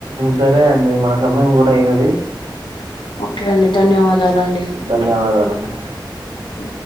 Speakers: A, on the right; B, on the left.
A: సరే అండి మన సమయం కూడా అయినది
B: ఓకే అండి ధన్యవాదాలండి
A: ధన్యవాదాలండి
B: ఉ